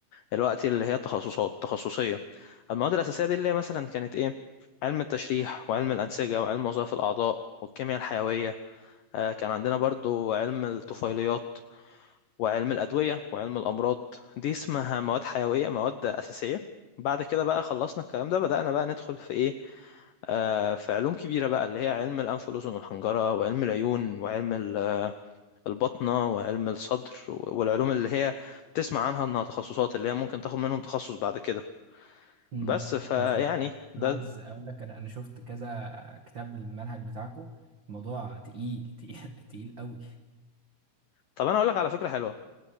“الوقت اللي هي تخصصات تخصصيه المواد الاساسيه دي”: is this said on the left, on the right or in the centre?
Left